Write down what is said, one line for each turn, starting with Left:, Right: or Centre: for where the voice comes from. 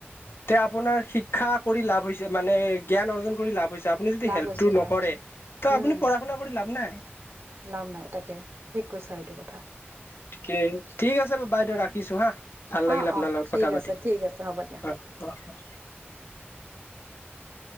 Left: সে আপুনাৰ শিক্ষা কৰি লাভ হৈছে মানে জ্ঞান অৰ্জন কৰি লাভ হৈছে। আপুনি যদি
Right: লাভ
Left: হেল্পটো
Right: হৈছে লাভ
Left: নকৰে
Right: হৈছে
Left: ত
Right: উম
Left: আপুনি পঢ়া শুনা কৰি লাভ নাই।
Right: লাভ নাই তাকে ঠিক কৈছা এইটো কথা।
Left: ঠিকে, ঠিক আছে ব বাইদেউ ৰাখিছোঁ হা। ভাল লাগিল
Right: অ
Left: আপোনাৰ
Right: অ
Left: লগত
Right: ঠিক
Left: কথা পাতি
Right: আছে ঠিক আছে হ'ব দিয়া
Left: অহ, অহ অহ।
Right: <inaudible>